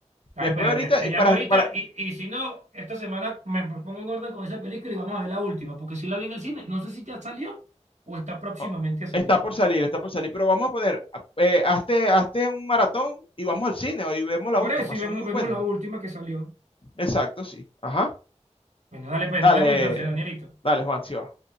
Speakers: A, on the right; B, on the left.
A: Dale
B: Después
A: pues, Daniel.
B: ahorita,
A: Te
B: y
A: llamo
B: para,
A: ahorita
B: para-
A: y, y si no, esta semana me pongo en orden con esa película y vamos a ver la última, porque si la vi en el cine, no sé si ya salió o está próximamente
B: oh,
A: a salir.
B: está por salir, está por salir, pero vamos a poner, eh, hazte, hazte un maratón y vamos al cine y vemos la
A: Por
B: última.
A: eso,
B: Son
A: y vemos,
B: muy
A: vemos
B: buenas.
A: la última que salió.
B: Exacto, sí. Ajá.
A: Bueno, dale pues,
B: Dale,
A: nos vemos entonces, Danielito.
B: dale, Juan, sí va.